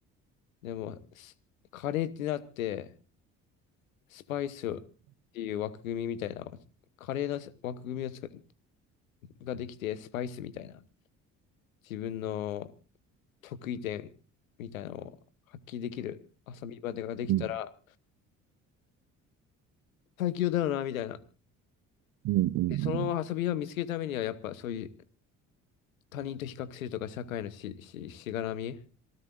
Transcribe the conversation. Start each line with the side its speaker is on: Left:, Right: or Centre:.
Left: でも、スカレーってなって、スパイスっていう枠組みみたいな、カレーの枠組みをつくができて、スパイスみたいな。自分の得意点みたいなのを発揮できる遊び場ができたら
Right: うん。
Left: 最強だよな、みたいな。
Right: うんうん
Left: で、その遊び場を見つけるためには、やっぱそういう他人と比較するとか、社会のし、し、しがらみ